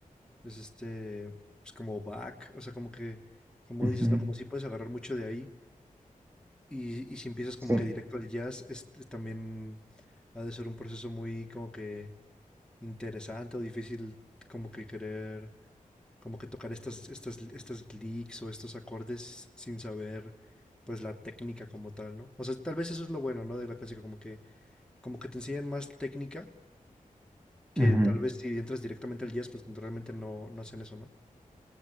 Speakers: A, in the centre; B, on the right (about 15°).
A: Es este, pues como back, o sea, como que, como
B: ujú,
A: dices, ¿no? Como si puedes agarrar mucho de ahí. Y, y si empiezas como
B: Sí,
A: que directo al jazz, es, es también ha de ser un proceso muy como que interesante o difícil como que querer como que tocar estas, estas, estas licks o estos acordes sin saber pues la técnica como tal, ¿no? O sea, tal vez eso es lo bueno, ¿no? De la clásica, como que, como que te enseñan más técnica que
B: ujú.
A: tal vez si entras directamente al jazz, pues realmente no, no hacen eso, ¿no?